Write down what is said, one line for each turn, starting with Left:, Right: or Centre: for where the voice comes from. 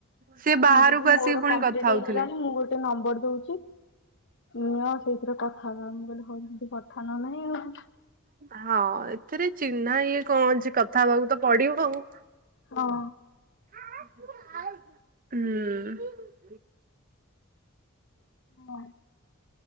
Right: ସିଏ ବାହାରକୁ
Left: ଦିଦି ମୋର
Right: ଆସିକି ପୁଣି
Left: କମ୍ପ୍ଲିଟ
Right: କଥା ହଉଥିଲେ
Left: ହେଇଗଲାଣି ମୁଁ ଗୋଟେ ନମ୍ବର ଦଉଛି। ମୁଁ ଆଉ ସେଇଥିରେ କଥା ହବ ମୁଁ କହିଲି ହଉ କଥା ନ ହେଲେ ନାହିଁ ଆଉ
Right: ହଁ ଏଥିରେ ଚିହ୍ନା ଇଏ କଣ ଅଛି କଥା ହେବାକୁ ତ ପଡିବ ଆଉ।
Left: ହଁ।
Right: ହୁଁ। ହୁଁ।
Left: ହଁ।